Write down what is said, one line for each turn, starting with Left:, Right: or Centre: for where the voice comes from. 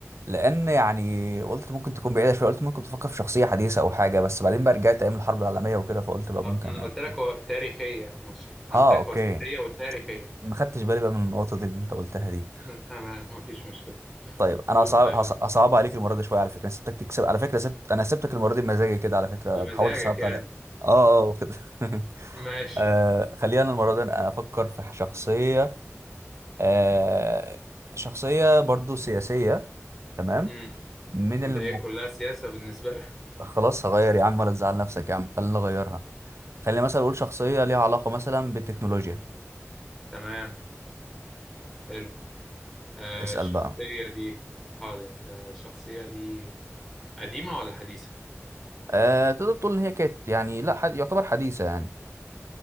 Right: لان يعني قلت ممكن تكون بعيدة شوية قلت ممكن تفكر في شخصية حديثة او حاجة بس بعدين بقى رجعت ايام الحرب العالمية وكده فقلت بقى
Centre: آه،
Right: ممكن
Centre: ما انا
Right: يعني
Centre: قلت
Right: يكون
Centre: لك هو تاريخية مش انا
Right: اه
Centre: قلت لك
Right: اوكي
Centre: هو سياسية وتاريخية
Right: ما خدتش بالي بقى من النقطة دي اللي انت قلتها دي
Centre: <laughs> تمام مفيش مشكلة
Right: طيب انا
Centre: قول
Right: اصعب
Centre: طيب
Right: هص- اصعب عليك المره دي شويه على فكره انا سبتك تكسب على فكره سبت انا سبتك المره دي بمزاجي كده على فكره
Centre: بمزاجك
Right: حاولت صعبت
Centre: يعني
Right: عليها اه اه كده <laughs>
Centre: ماشي
Right: آه خلينا المره دي أنا افكر في شخصيه آه شخصيه برضو سياسيه تمام
Centre: امم
Right: من
Centre: انت
Right: الم...
Centre: ايه كلها سياسة بالنسبة لك
Right: خلاص هغير يا عم ولا تزعل نفسك يا عم خلينا نغيرها خلينا مثلا اقول شخصيه ليها علاقه مثلا بالتكنولوجيا
Centre: تمام حلو آه
Right: اسال
Centre: الشخصية
Right: بقى
Centre: دي حاضر آه الشخصية دي قديمة ولا حديثة
Right: آه تقدر تقول ان هي كانت يعني لا حد... يعتبر حديثه يعني